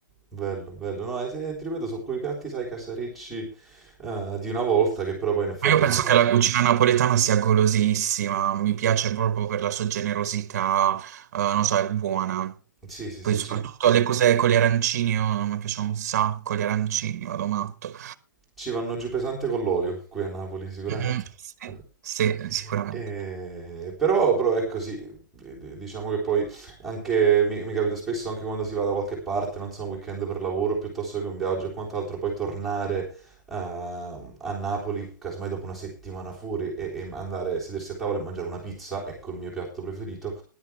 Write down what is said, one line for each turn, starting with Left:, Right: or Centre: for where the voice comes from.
Centre: Bello, bello. No, eh, sì, ti ripeto, su quei piatti, sai, casarecci eh, di una volta, che però poi in effetti
Right: Ma io penso
Centre: quando...
Right: che la cucina napoletana sia golosissima, mi piace proprio per la sua generosità, eh, non so, è buona.
Centre: Sì, sì,
Right: Poi
Centre: sì,
Right: soprattutto
Centre: ci-
Right: le cose con gli arancini, io- mi piacciono un sacco gli arancini, vado matto.
Centre: Ci vanno giù pesante con l'olio, qui a Napoli sicuramente.
Right: Mhm, Sì,
Centre: <laughs>
Right: sì, sicuramente.
Centre: Eh, però, però è così, d- diciamo che poi anche mi, mi capita spesso anche quando si va da qualche parte, non so, un weekend per lavoro piuttosto che un viaggio e quant'altro, poi tornare a, a Napoli, casomai dopo una settimana fuori e, e andare a sedersi a tavola e mangiare una pizza, ecco il mio piatto preferito,